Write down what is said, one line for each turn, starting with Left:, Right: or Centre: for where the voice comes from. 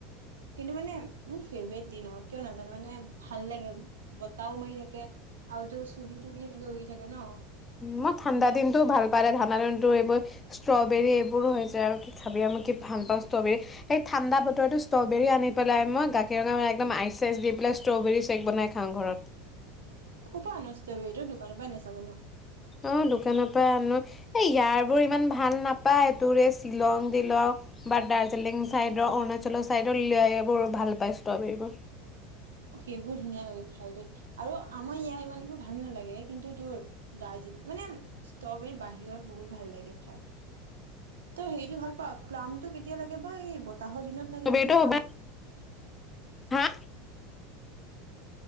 Right: কিন্তু মানে মোৰ ফেব্ৰেট দিন কিয় নাজানো মানে ভাল লাগে বতাহও মাৰি থাকে আৰুতটো চুলি তুলি এনেকে উ', থাকে ন।
Left: মই ঠাণ্ডা দিনটোও ভাল পালে ঠাণ্ডা দিনটো এইবোৰ ষ্ট্ৰবেৰী এইবোৰো হৈছে আৰু কি খাবি আৰু মই কি ভাল পাওঁ ষ্ট্ৰবেৰী সেই ঠাণ্ডা বতৰতো ষ্ট্ৰবেৰী আনি পেলাই মই গাখীৰা একদম আইচ চইচ দি পেলাই ষ্ট্ৰবেৰী চেক বনাই খাওঁ ঘৰত।
Right: ক'ৰ পৰা আন ষ্ট্ৰবেৰী এইটো দোকানৰ পৰা আন চাগে ন?
Left: অ', দোকানৰ পৰা আনো এ ইয়াৰ বোৰ ইমান ভাল নাপায় তোৰ এই শ্বিলং দিলং বা দাৰ্জিলিং চাইডৰ অৰুণাচলৰ চাইডৰ এইবোৰ ভাল পায় ষ্ট্ৰবেৰীবোৰ।
Right: সেইবোৰ ধুনীয়া খাই দেই আৰু আমাৰ ইয়াৰ ইমান কোৰ ভাল নালাগে কিন্তু তোৰ দাৰ্জিল মানে ষ্ট্ৰবেৰী বাহিৰৰ বহুত ভাল লাগে খাই। ত হেৰিটো ভাল পা প্লাম টো কেতিয়া লাগে বা বতাহৰ দিনত লাগে
Left: বেট
Right: নেকি
Left: হ'ব
Right: প্লাম
Left: হা